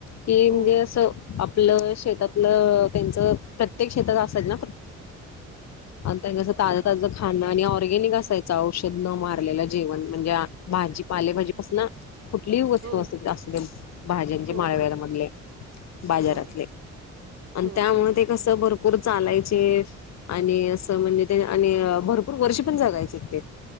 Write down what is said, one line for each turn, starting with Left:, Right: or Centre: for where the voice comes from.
Left: की
Right: हो
Left: म्हणजे असं आपलं शेतातलं त्यांच, प्रत्येक शेतात असतंच ना. <inaudible> आणि ते जस ताजं ताजं खाणं आणि ऑरगॅनिक असायचं औषध. न मारलेलं जेवण म्हणजे, भाजीपाले भाजे पसन. कुठलीही वस्तू
Right: हो
Left: असूद्या, असूदेल भाज्यांचे
Right: हो
Left: माळव्यामधले
Right: हो
Left: बाजारातले.
Right: हो
Left: आणि
Right: हो
Left: त्यामुळे
Right: तेच
Left: ते
Right: ना
Left: कसं भरपूर चालायचे आणि असं, म्हणजे ते आणि भरपूर वर्ष पण जगायचे ते.